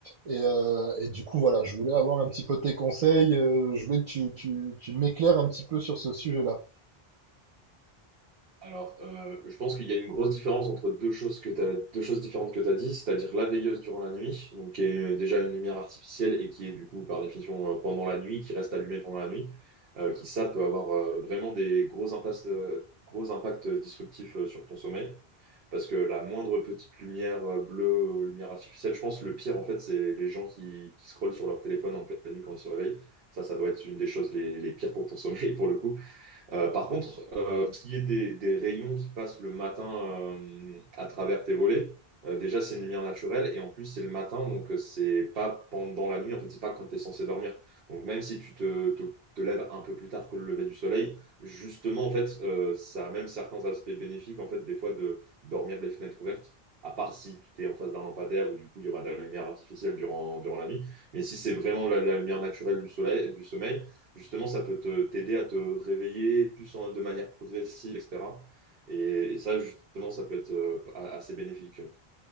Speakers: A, on the right; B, on the right.
A: Et, euh, et du coup, voilà, je voulais avoir un petit peu tes conseils. euh, je voulais que tu, tu, tu m'éclaires un petit peu sur ce sujet-là.
B: Alors, euh, je pense qu'il y a une grosse différence entre deux choses que t'as, deux choses différentes que tu as dit, c'est-à-dire la veilleuse durant la nuit, donc qui est euh, déjà une lumière artificielle et qui est du coup par définition euh, pendant la nuit, qui reste allumée pendant la nuit, euh, qui ça peut avoir euh, vraiment des gros impacts, euh, gros impacts disruptifs euh, sur ton sommeil, parce que la moindre petite lumière euh, bleue, ou lumière artificielle, je pense que le pire en fait, c'est les gens qui, qui scrollent sur leur téléphone en pleine nuit quand ils se réveillent. Ça, ça doit être une des choses les, les pires pour ton <laughs> sommeil pour le coup. Euh, par contre, euh, pour ce qui est des, des rayons qui passent le matin euh, à travers tes volets, euh, déjà c'est une lumière naturelle et en plus c'est le matin, donc euh, c'est pas pendant la nuit, en fait c'est pas quand tu es censé dormir. Donc même si tu te, te, te lèves un peu plus tard que le lever du soleil, justement en fait euh, ça a même certains aspects bénéfiques en fait des fois de dormir les fenêtres ouvertes. À part si tu es en face d'un lampadaire où du coup il y aura de la lumière artificielle durant, durant la nuit. Mais si c'est vraiment la, la lumière naturelle du soleil, du sommeil, Justement, ça peut te t'aider à te réveiller plus en- de manière progressive, etc. Et, et ça, justement, ça peut être euh, a- assez bénéfique.